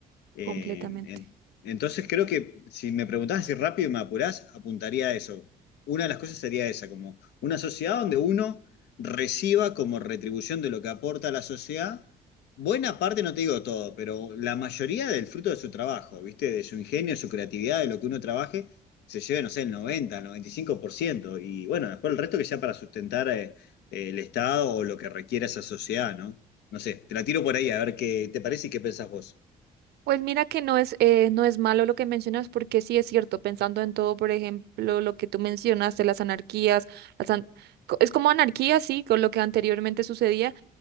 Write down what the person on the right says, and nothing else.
completamente.
Pues mira que no es, eh, no es malo lo que mencionas, porque sí es cierto, pensando en todo, por ejemplo, lo que tú mencionas de las anarquías, las an- co- es como anarquía, sí, con lo que anteriormente sucedía,